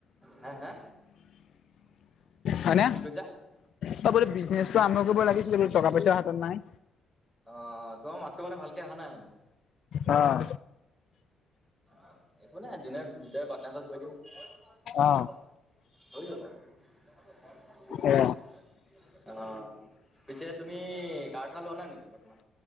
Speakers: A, in the centre; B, on the left (about 65°).
A: হা হা
B: হয়নে
A: কি কৈছা?
B: ত বো বিজনেচটো আৰম্ভ কৰিব লাগিছিলে বো টকা পইচাৰ হাতত নাই।
A: অ তোমাৰ মাতটো মানে ভালকে অহা নাই মানে।
B: আহ
A: অ' একো নাই দোনে দুটাই পাটনাৰ ঘৰত কৈ দিম মই
B: অ
A: কঁঠাল অ'
B: এ
A: পিছে তুমি কাৰ চাৰ লোৱা নাই নেকি বৰ্তমান?